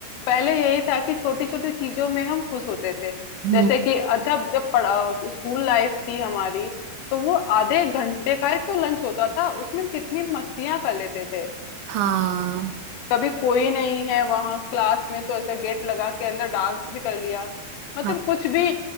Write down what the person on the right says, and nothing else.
हम्म,
हाँ
हाँ